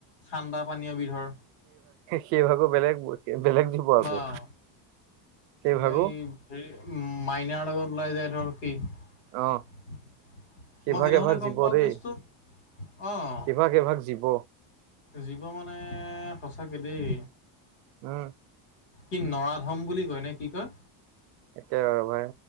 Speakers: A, on the left; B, on the right.
A: ঠাণ্ডা পানীয় বিধৰ
B: সি আকৌ বেলেগ বেলেগ দিব আকৌ
A: অ'।
B: সেই ভাগো
A: বাই হেৰি উ, মাইনাৰ লগত ওলাই যায় ধৰ সি। মই
B: অ কেইভাগ
A: সেইদিনাখনহে
B: এভাগ
A: গম
B: জীৱ
A: পাওঁ
B: দেই
A: কেছটো। অ'।
B: কেইভাগ এভাগ জীৱ
A: জীৱ মানে সঁচাকে দেই।
B: উম।
A: কি নৰাধম বুলি কয় নে কি কয়?
B: একেবাৰে ভাই